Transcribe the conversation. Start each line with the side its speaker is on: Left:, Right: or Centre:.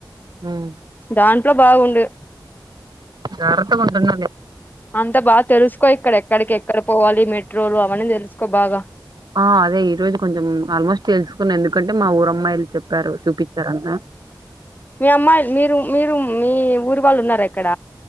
Right: ఉమ్
Left: దాంట్లో బాగుండు
Right: జాగ్రత్తగా ఉంటున్నాలే
Left: అంత బాగా తెలుసుకో ఇక్కడ ఎక్కడికి ఎక్కడ పోవాలి మెట్రోలు అవన్నీ తెలుసుకో బాగా
Right: ఆ అదే ఈ రోజు కొంచెం ఆల్మోస్ట్ తెలుసుకున్న ఎందుకంటే మా ఊరమ్మాయి చెప్పారు చూపిచ్చారంత
Left: మీ అమ్మాయి మీరు మీరు మీ ఊరి వాళ్ళు ఉన్నార ఇక్కడ